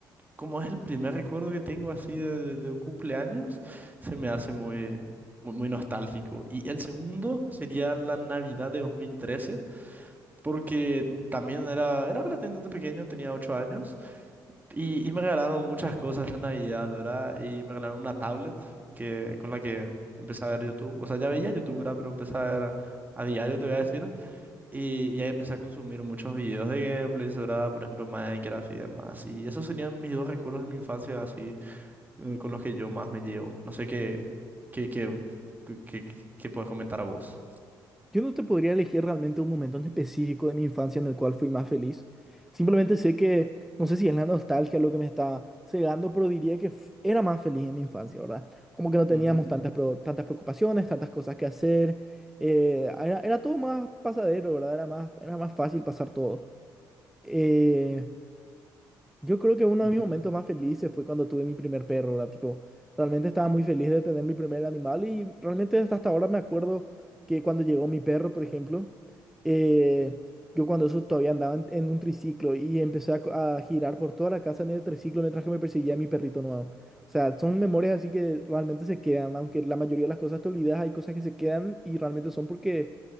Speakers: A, on the right; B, in the centre.
A: como es el primer recuerdo que tengo así de, de- de un cumpleaños, se me hace muy, muy, muy nostálgico. Y el segundo sería la Navidad de 2013, porque también era, era relativamente pequeño, tenía 8 años, y, y me regalaron muchas cosas en Navidad, ¿verdad? Y me regalaron una tablet que, con la que empecé a ver YouTube. O sea, ya veía YouTube, ¿verdad? Pero empecé a ver... A diario te voy a decir. Y, y ahí empecé a consumir muchos videos de gameplays, ¿verdad? Por ejemplo, Minecraft y demás. Y esos serían mis dos recuerdos de mi infancia, así, eh, con los que yo más me llevo. No sé qué, qué, qué, qué, qué- qué puedes comentar a vos.
B: Yo no te podría elegir realmente un momento en específico de mi infancia en el cual fui más feliz. Simplemente sé que, no sé si es la nostalgia lo que me está cegando, pero diría que f- era más feliz en mi infancia, ¿verdad? Como que no teníamos
A: Ujú,
B: tantas, pro- tantas preocupaciones, tantas cosas que hacer. eh, era, era todo más pasadero, ¿verdad? Era más, era más fácil pasar todo. Eh, Yo creo que uno
A: ujú.
B: de mis momentos más felices fue cuando tuve mi primer perro, ¿verdad? Tipo, realmente estaba muy feliz de tener mi primer animal y realmente hasta, hasta ahora me acuerdo que cuando llegó mi perro, por ejemplo, eh, yo cuando eso todavía andaba en, en un triciclo y empecé a, co- a girar por toda la casa en el triciclo mientras que me perseguía mi perrito nuevo. O sea, son memorias así que realmente se quedan, aunque la mayoría de las cosas te olvidas, hay cosas que se quedan y realmente son porque